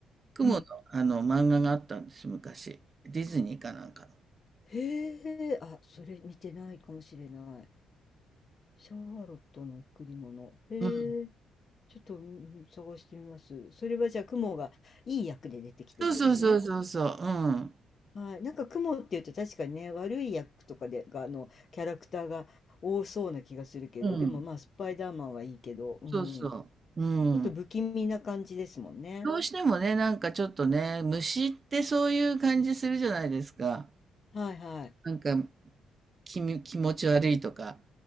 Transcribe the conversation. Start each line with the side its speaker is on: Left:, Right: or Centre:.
Right: 雲の、
Left: うん
Right: あの漫画があったんです、昔。ディズニーかなんか
Left: へえあそれ見てないかもしれないシャーロットの贈り物。へえ、
Right: の。うん。
Left: ちょっとうん探してみます。それはじゃあ、雲がいい役で出てきてるんですね。
Right: そうそうそうそうそう。う
Left: はい。なんか雲っていうと確かにね、悪い役とかで、が、あの、キャラクターが多そうな気がするけど、
Right: ん。うん。
Left: でもまあ、スパイダーマンはいいけど、うん。
Right: そうそう。うん。
Left: ちょっと不気味な感じですもんね。
Right: どうしてもね、なんかちょっとね、虫ってそういう感じするじゃないですか。
Left: はいはい。
Right: なんか気み、気持ち悪いとか、